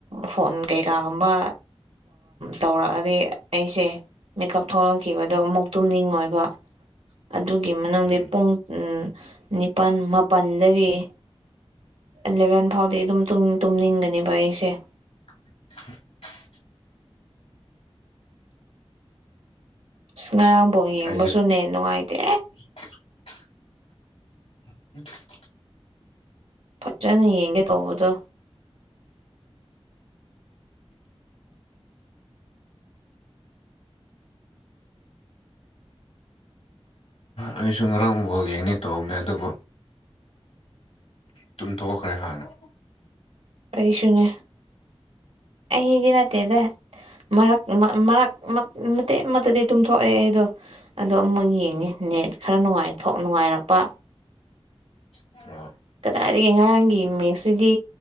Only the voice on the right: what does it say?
ꯐꯣꯟ ꯀꯩꯀꯥꯒꯨꯝꯕ ꯇꯧꯔꯛꯑꯗꯤ ꯑꯩꯁꯦ ꯃꯦꯀꯞ ꯊꯣꯛꯂꯛꯈꯤꯕꯗꯣ ꯑꯃꯨꯛ ꯇꯨꯝꯅꯤꯡꯉꯣꯏꯕ ꯑꯗꯨꯒꯤ ꯃꯅꯨꯡꯗ
ꯄꯨꯡ ꯅꯤꯄꯥꯜ ꯃꯥꯄꯜꯗꯒꯤ ꯑꯦꯂꯚꯦꯟ ꯐꯥꯎꯗꯤ ꯑꯗꯨꯝ ꯇꯨꯝꯅꯤꯡꯒꯅꯦꯕ ꯑꯩꯁꯦ
ꯑꯉꯔꯥꯡ ꯕꯣꯜ ꯌꯦꯡꯕꯁꯨ
ꯅꯦꯠ ꯅꯨꯡꯉꯥꯏꯇꯦ
ꯐꯖꯅ ꯌꯦꯡꯒꯦ ꯇꯧꯕꯗꯣ
ꯑꯩꯁꯨꯅꯦ ꯑꯩꯗꯤ ꯅꯠꯇꯦꯗ ꯃꯔꯛ ꯃꯔꯛ ꯃꯇꯦꯛ ꯑꯃꯗꯗꯤ ꯇꯨꯝꯊꯣꯛꯑꯦ ꯑꯩꯗꯣ ꯑꯗꯣ ꯑꯃꯨꯛ ꯌꯦꯡꯅꯤ ꯅꯦꯠ ꯈꯔ ꯅꯨꯡꯉꯥꯏ ꯅꯨꯡꯉꯥꯏꯔꯛꯄ
ꯀꯗꯥꯏꯗꯒꯤ ꯉꯔꯥꯡꯒꯤ ꯃꯦꯛꯁꯁꯤꯗꯤ